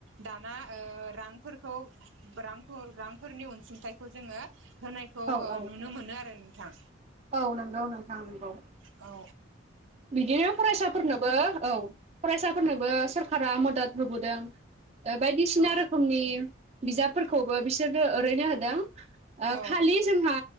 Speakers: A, on the right; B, on the right.
A: दाना ओ रांफोरखौ रां रांफोरनि अनसुंथाइखौ जोङो होनायखौ ओ
B: औ औ
A: नुनो मोनो आरो नोंथां।
B: औ नंगौ नोंथां नोंगौ
A: औ
B: बिदिनो फरायसाफोरनोबो औ फरायसाफोरनोबो सोररखारा मदद होबोदों। बायदिसिना
A: औ
B: रोखोमनि बिजाबफोरखौबो बिसोरनो ओरैनो होदों ओ
A: औ
B: खालि जोंहा